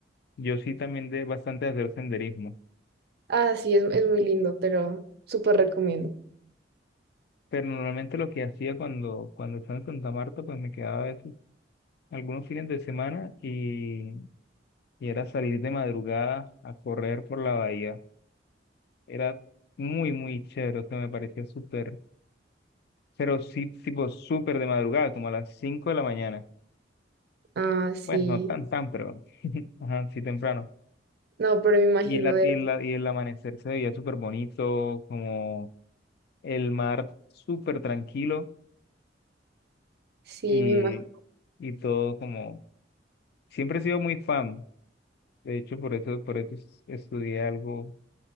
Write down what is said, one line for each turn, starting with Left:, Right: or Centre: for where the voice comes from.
Left: yo sí también de bastante de hacer senderismo.
Right: Ah, sí, es, es muy lindo, pero súper recomiendo.
Left: Pero normalmente lo que hacía cuando, cuando estaba en Santa Marta, pues me quedaba a veces algunos fines de semana y, y era salir de madrugada a correr por la bahía. Era muy, muy chévere, o sea, me parecía súper, pero sí, tipo súper de madrugada, como a las 5 de la mañana.
Right: Ah, sí.
Left: Pues no tan, tan, pero, <laughs> ajá, sí temprano
Right: No, pero me imagino
Left: Y el, at-
Right: de...
Left: y el, a- y el amanecer se veía súper bonito, como el mar súper tranquilo
Right: Sí,
Left: y,
Right: me imagino.
Left: y todo como... Siempre he sido muy fan, de hecho por eso, por eso es- estudié algo,